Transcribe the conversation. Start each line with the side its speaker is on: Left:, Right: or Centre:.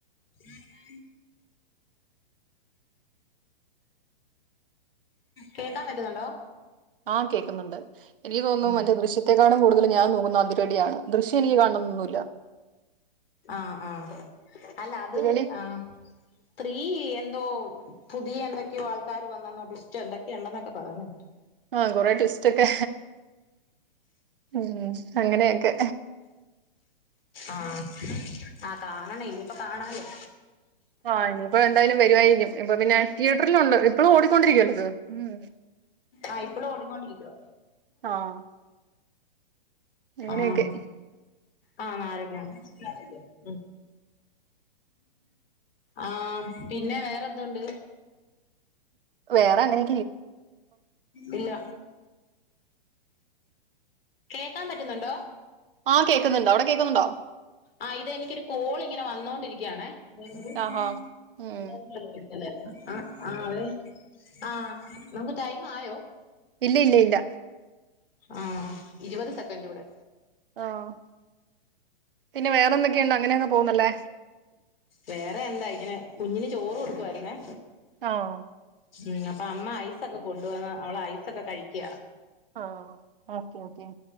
Left: <unintelligible> കേക്കാൻ പറ്റുന്നുണ്ടോ?
Right: ആഹ് കേക്കുന്നുണ്ട് എനിക്ക് തോന്നുന്നു
Left: ഉം
Right: മറ്റെ ദൃശ്യ ത്തെക്കാളും കൂടുതൽ ഞാൻ നോക്കുന്ന അതിരടിയാണ് ദൃശ്യം എനിക്ക് കാണണംന്നൊന്നുല്ല.
Left: ആഹ് ആഹ് അല്ല
Right: അതിരടി
Left: അത് ആഹ് ത്രീ യെന്തോ പുതിയ എന്തൊക്കെയോ ആൾക്കാര് വന്നെന്നോ ട്വിസ്റ്റ് എന്തൊക്കെയോ ഉണ്ടെന്നൊക്കെ പറയന്ന് കേട്ടു.
Right: ആഹ് കൊറെ ട്വിസ്റ്റൊക്കെ ഉം അങ്ങനെയക്കെ
Left: ആഹ് ആഹ് കാണണേ ഇനിപ്പ കാണാല്ലോ.
Right: ആഹ് ഇനിപ്പോ എന്തായാലും വരു ആയിരിക്കും ഇപ്പൊ പിന്നെ തിയേറ്ററിലുണ്ട് ഇപ്പഴും ഓടിക്കൊണ്ടിരിക്കുവല്ലേ ഇത് ഉം.
Left: ആഹ് ഇപ്പളും ഓടിക്കൊണ്ടിരിക്കുവ.
Right: ആഹ് അങ്ങനെയൊക്കെ
Left: ആഹ് ആഹ് നാരങ്ങാ ഉം ആഹ് പിന്നെ വേറെന്തുണ്ട്?
Right: വേറെങ്ങനെ
Left: ഇല്ല. കേക്കാൻ പറ്റുന്നുണ്ടോ?
Right: ആഹ് കേക്കുന്നുണ്ടോ അവിടെ കേക്കുന്നുണ്ടോ
Left: ആ ഇത് എനിക്കൊരു കോൾ ഇങ്ങനെ വന്നോണ്ടിരിക്കാണെ <unintelligible>
Right: ആഹാ ഉം
Left: ആ ആ അതെ ആഹ് നമുക്ക് ടൈം ആയോ?
Right: ഇല്ല ഇല്ല ഇല്ല.
Left: ആ ഇരുപത് സെക്കൻഡൂടെ
Right: ആഹ് പിന്നെ വേറെന്തൊക്കെയുണ്ട് അങ്ങനെ അങ് പോവുന്നല്ലേ.
Left: വേറെ എന്താ ഇങ്ങനെ കുഞ്ഞിന് ചോറൊടുക്കുയിരുന്നേ.
Right: ആഹ്
Left: ഉം അപ്പൊ അമ്മ ഐസൊക്കെ കൊണ്ടുവന്ന് അവള ഐസൊക്കെ കഴിക്ക.
Right: ആ ഓക്കെ ഓക്കെ.